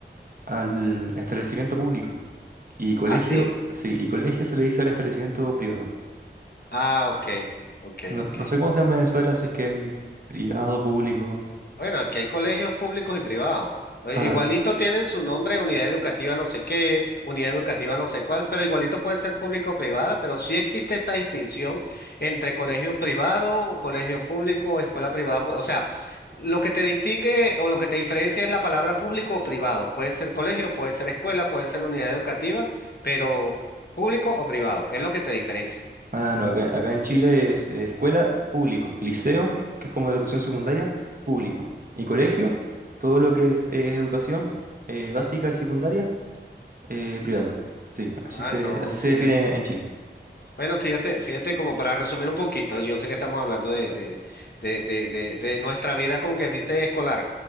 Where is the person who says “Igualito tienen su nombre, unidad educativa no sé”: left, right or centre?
Left